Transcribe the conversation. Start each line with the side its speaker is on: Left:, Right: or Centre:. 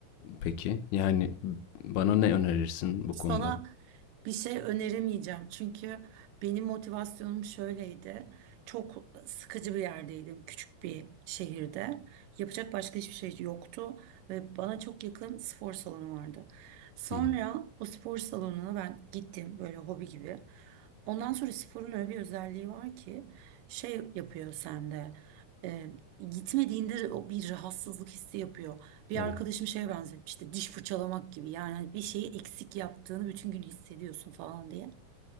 Left: peki? Yani bana ne önerirsin bu
Right: Sana
Left: konuda?
Right: bir şey öneremeyeceğim çünkü benim motivasyonum şöyleydi. Çok sıkıcı bir yerdeydim, küçük bir şehirde. Yapacak başka hiçbir şey yoktu ve bana çok yakın spor salonu vardı. Sonra
Left: Hı hı.
Right: o spor salonuna ben gittim böyle hobi gibi. Ondan sonra sporun öyle bir özelliği var ki şey yapıyor sende. e, gitmediğinde o bir rahatsızlık hissi yapıyor. Bir
Left: Evet.
Right: arkadaşım şeye benzetmişti diş fırçalamak gibi yani hani bir şeyi eksik yaptığını bütün gün hissediyorsun falan diye.